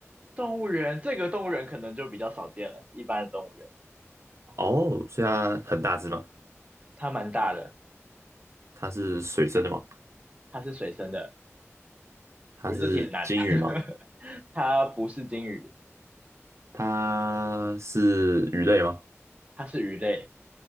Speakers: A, on the right; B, on the right.
A: 动物园这个动物园可能就比较少见了，一般的动物园，
B: 哦，所以它很大只吗？
A: 它蛮大的，
B: 它是水生的吗？
A: 它是水生的，
B: 它是鲸鱼吗？
A: 我觉得这题很难，<laughs> 它不是鲸鱼，
B: 它是鱼类吗？
A: 它是鱼类，